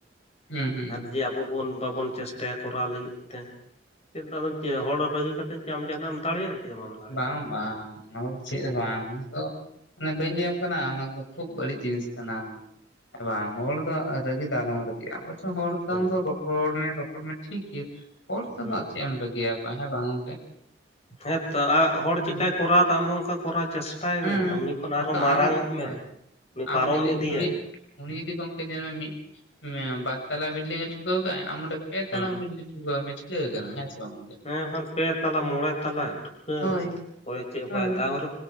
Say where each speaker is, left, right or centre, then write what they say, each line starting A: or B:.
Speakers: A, on the left; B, on the left.
A: ᱦᱩᱸ ᱦᱩᱸ ᱦᱩᱸ
B: ᱟᱨ ᱡᱮ ᱟᱵᱚ ᱵᱚᱱ ᱵᱟᱵᱚᱱ ᱪᱮᱥᱴᱟᱭᱟ ᱠᱚᱨᱟᱣ ᱞᱟᱹᱜᱤᱫ ᱛᱮ᱾ ᱪᱮᱫ ᱫᱚᱢ ᱪᱟᱹᱭᱟ ᱦᱚᱲ ᱨᱟᱹᱜᱤ ᱠᱟᱛᱮᱜ ᱠᱤ ᱟᱢ ᱡᱟᱦᱟᱸᱱᱟᱜ ᱮᱢ ᱫᱟᱲᱮᱭᱟᱜᱼᱟ? ᱪᱮᱫ ᱦᱚᱸ ᱵᱟᱢ ᱫᱟᱲᱮᱭᱟᱜᱼᱟ
A: ᱵᱟᱝ ᱵᱟᱝ ᱚᱱᱟ ᱠᱚᱫᱚ ᱪᱮᱫ ᱦᱚᱸ ᱵᱟᱝ ᱚᱱᱟ ᱫᱚ ᱚᱱᱮ ᱵᱟᱹᱧ ᱞᱟᱹᱭᱟᱢ ᱠᱟᱱᱟ ᱚᱱᱟ ᱠᱚᱫᱚ ᱠᱷᱩᱵ ᱵᱟᱹᱲᱤᱡ ᱡᱤᱱᱤᱥ ᱠᱟᱱᱟ᱾ ᱦᱮᱸ ᱵᱟᱝ ᱦᱚᱲ ᱫᱚ ᱨᱟᱹᱜᱤ ᱫᱚ ᱟᱞᱚᱢ ᱨᱟᱹᱜᱤᱜᱼᱟ <unintelligible> ᱟᱪᱪᱷᱟ ᱦᱚᱲ ᱥᱟᱝ
B: ᱦᱮᱸ
A: ᱫᱚ ᱨᱚᱯᱚᱲ ᱢᱮ ᱨᱚᱯᱚᱲ ᱢᱮ ᱴᱷᱤᱠ ᱜᱮᱭᱟ᱾ ᱦᱚᱲ ᱠᱚᱫᱚ
B: ᱦᱮᱸ
A: ᱟ ᱪᱮᱜ ᱮᱢ ᱨᱟᱹᱜᱤᱭᱟ ᱠᱚᱣᱟ ᱦᱮᱸ ᱵᱟᱝ ᱜᱚᱝᱠᱮ?
B: ᱦᱮᱸᱛᱚ ᱟ ᱦᱚᱲ
A: ᱦᱩᱸ
B: ᱪᱮᱜᱠᱟᱭ ᱠᱚᱨᱟᱣ ᱫᱟ ᱟᱢ ᱦᱚᱸ ᱚᱝᱠᱟ ᱠᱚᱨᱟᱣ ᱪᱮᱥᱴᱟᱭ
A: ᱦᱩᱸ
B: ᱢᱮ᱾ ᱩᱱᱤ ᱠᱷᱚᱱ
A: ᱦᱚᱭᱛᱚ
B: ᱟᱨ ᱦᱚᱸ ᱢᱟᱨᱟᱝᱚᱜ
A: ᱟᱢ
B: ᱢᱮ᱾
A: ᱦᱳᱭ
B: ᱩᱱᱤ
A: ᱟᱢ
B: ᱯᱟᱨᱚᱢ
A: ᱡᱩᱫᱤ
B: ᱤᱫᱤᱭᱮᱢ᱾
A: ᱩᱱᱤ ᱩᱱᱤ ᱡᱩᱫᱤ ᱜᱚᱝᱠᱮ ᱧᱮᱞ ᱢᱮ ᱢᱤᱜ ᱢᱮ ᱵᱟᱨᱛᱟᱞᱟ ᱵᱤᱞᱰᱤᱝ ᱮ ᱴᱷᱩᱠᱟ. ᱣ ᱠᱟᱜ-ᱟᱭ ᱟᱢ ᱚᱸᱰᱮ ᱯᱛᱞᱟᱝ
B: ᱦᱩᱸ
A: <inaudible> ᱢᱮᱪ ᱜᱮ ᱠᱟᱱᱟ
B: ᱦᱩᱸ ᱦᱮᱸ
A: ᱦᱸ ᱥᱮ ᱵᱟᱝ?
B: ᱵᱟᱠᱷᱟᱱ ᱯᱮ ᱛᱟᱞᱟ ᱢᱚᱬᱮ ᱛᱟᱞᱟ ᱦᱟᱸ
A: ᱦᱳᱭ
B: ᱥᱮ ᱦᱚᱭ ᱪᱮ
A: ᱦᱳᱭ
B: ᱵᱟᱝ ᱛᱟᱣᱨᱮ᱾